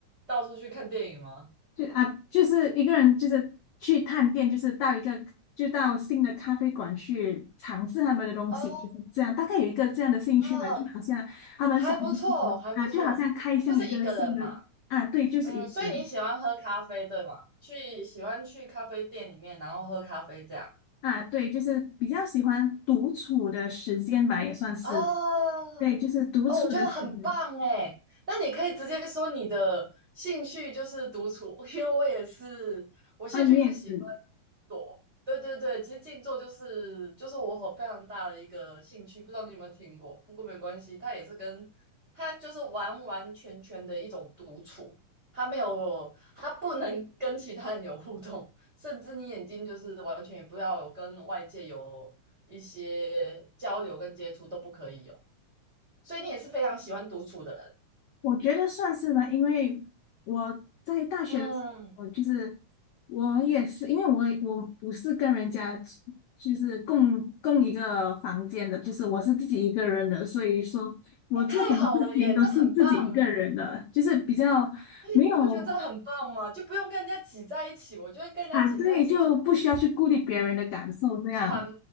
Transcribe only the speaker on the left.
就啊，就是一个人，就是去探店，就是到一个就到新的咖啡馆去尝试他们的东西，
就是这样。大概有一个这样的兴趣吧，
就好像他们小红书啊，
就好像开箱一个新的啊，
对，就是一个人
啊，对，就是比较喜欢独处的时间吧，也算是
对，就是独处的时间。
啊，你也是。
我觉得算是吧，因为我在大学的时候，
就是我也是，因为我我不是跟人家就是共共一个房间的，就是我是自己一个人的，所以说我做什么事情都是自己一个人的，
就是比较没有
啊，对，就不需要去顾虑别人的感受，这样，